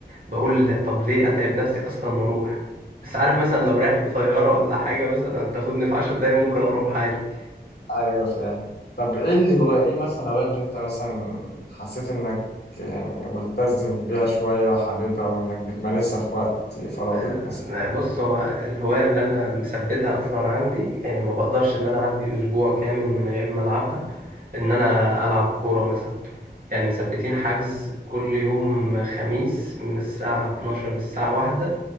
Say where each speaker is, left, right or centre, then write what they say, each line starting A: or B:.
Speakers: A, on the right (about 55°); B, on the left (about 75°).
A: بقول طب ليه أتعب نفسي أصلا وأروح بس عارف مثلا لو رايح بطيارة ولا حاجة مثلا تاخدني في عشر دقايق ممكن أروح عادي
B: ايوه فاهم طب ايه اللي هو ايه مثلا هو اللي انت مثلا حسيت انك يعني ملتزم بيها شوية وحاببها وانك بتمارسها في وقت فراغك
A: أنا-
B: مثلا
A: بص هو الهواية اللي أنا مثبتها أصلا عندي يعني ما بقدرش إن أنا أعدي أسبوع كامل من غير ما ألعبها إن أنا ألعب كورة مثلا يعني مثبتين حجز كل يوم خميس من الساعة 12 للساعة واحدة